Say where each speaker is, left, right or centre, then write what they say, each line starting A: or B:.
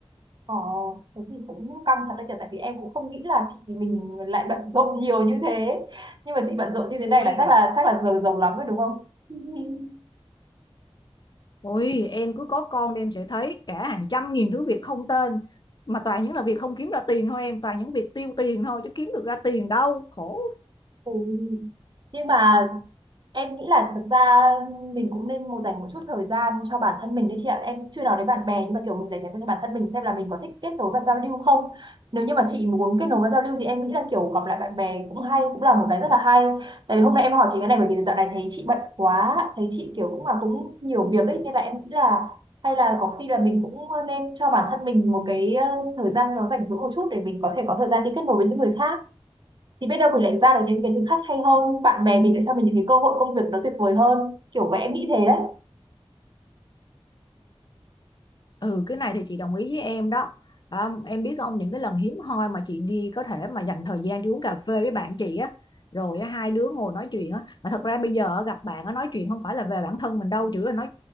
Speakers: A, on the right; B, on the left.
A: Ờ, thế thì cũng căng thật đấy nhỉ, tại vì em cũng không nghĩ là chị mình lại bận rộn nhiều như thế. Nhưng mà chị bận rộn như thế
B: Ui,
A: này là chắc là chắc là giờ giàu lắm rồi đúng không? <laughs>
B: Ôi, em cứ có con đi em sẽ thấy cả hàng trăm nghìn thứ việc không tên mà toàn những là việc không kiếm ra tiền thôi em, toàn những việc tiêu tiền thôi chứ kiếm được ra tiền đâu, khổ.
A: Ừ. Nhưng mà Em nghĩ là thực ra mình cũng nên một dành một chút thời gian cho bản thân mình đấy chị ạ. Em chưa nói đến bạn bè nhưng mà kiểu mình dành thời gian cho bản thân mình xem là mình có thích kết nối và giao lưu không. Nếu như mà chị muốn kết nối và giao lưu thì em nghĩ là kiểu gặp lại bạn bè cũng hay, cũng là một cái rất là hay. Tại vì hôm nay em hỏi chị cái này bởi vì dạo này thấy chị bận quá, thấy chị kiểu cũng là cũng nhiều việc ấy nên là em nghĩ là hay là có khi là mình cũng nên cho bản thân mình một cái ờ, thời gian nó rảnh rỗi một chút để mình có thể có thời gian đi kết nối với những người khác thì biết đâu mình lại ra được những cái thứ khác hay hơn bạn bè mình lại cho mình những cái cơ hội công việc nó tuyệt vời hơn kiểu vậy em nghĩ thế đấy
B: Ừ cái này thì chị đồng ý với em đó à, em biết không những cái lần hiếm hoi mà chị đi có thể mà dành thời gian đi uống cà phê với bạn chị á rồi á, hai đứa ngồi nói chuyện á mà thật ra bây giờ á, gặp bạn á, nói chuyện không phải là về bản thân mình đâu chỉ là nói